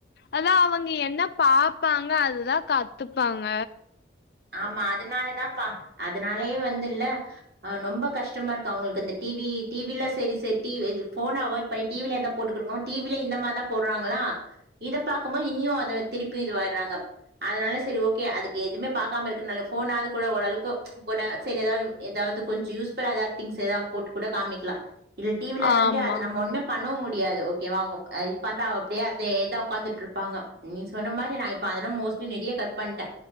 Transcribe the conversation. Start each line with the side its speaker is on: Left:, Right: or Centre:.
Left: அதா அவுங்க என்ன பாப்பாங்க அதுதா கத்துப்பாங்க
Right: ஆமா அதுனாலதா பா அதுனாலேயே வந்துல ஆ நொம்ப கஷ்டமா இருக்கு அவுங்களுக்கு அந்த டிவி டிவி ல்லா சரி ச டி இது ஃபோன அவாய்ட் பழைய டிவில எத போட்டுக் குடுக்கணு டிவில இந்த மாரி தா போடுறாங்களா இத பாக்கும்போது இனியு அதை திருப்பி இதுவாயிறாங்க அதனால சரி ஓகே அதுக்கு எதுமே பாக்காம இருக்கனால ஃபோனாது கூட ஓரளக்கு போட சேரி எதால்ம் எதாவது கொஞ்சொ யூஸ்ஃபுல்லா எதாவது திங்ஸ் எதாது போட்டு கூட காமிக்கலா ல் டிவில வந்து
Left: ஆமா
Right: அது நம் ம ஒண்ணுமே பண்ணவு முடியாது ஓகே வா அவுங்க இ பண்றா அப்டியே அதேதா ஒக்காந்துட்டு இருப்பாங்க நீ சொன்ன மாரி நா இப்ப அதலா மோஸ்ட்லி நெறய கட் பண்ட்ட